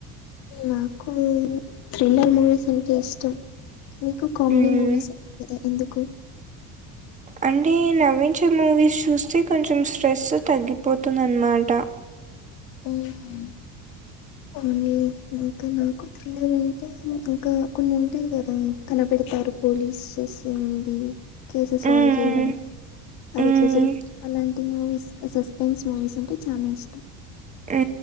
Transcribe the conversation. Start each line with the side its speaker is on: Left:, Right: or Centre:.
Left: నాకు థ్రిల్లర్ మూవీస్ అంటే ఇష్టం మీకు కామెడీ
Right: హ్మ్.
Left: మూవీస్ <unintelligible> కదా ఎందుకు
Right: అంటే నవ్వించే మూవీస్ చూస్తే కొంచెం స్ట్రెస్ తగ్గిపోతుందన్నమాట
Left: ఊహూ కొన్ని ఒగ్గు నాకు పిల్లలు ఉంటే ఇంకా కొన్ని ఉంటాయి కదా కనపెడతారు పోలీసేస్ ఉంది కేసెస్
Right: హ్మ్.
Left: సల్వ్ చేయడం అది
Right: హ్మ్.
Left: ఎట్లా జరిగి అలాంటి మూవీస్ ఆ సస్పెన్స్ మూవీస్ అంటే చానా ఇష్టం
Right: ఊ